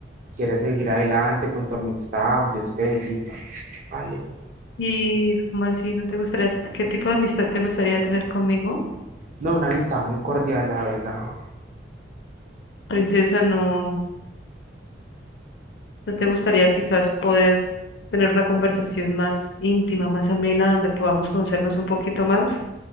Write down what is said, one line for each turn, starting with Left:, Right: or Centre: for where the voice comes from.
Right: quiere seguir adelante con tu amistad. Dios te bendiga. Vale.
Left: ¿Y cómo así no te gustaría, qué tipo de amistad te gustaría tener conmigo?
Right: No, una amistad muy cordial, la verdad.
Left: Princesa, no, no te gustaría quizás poder tener una conversación más íntima, más amena, donde podamos conocernos un poquito más.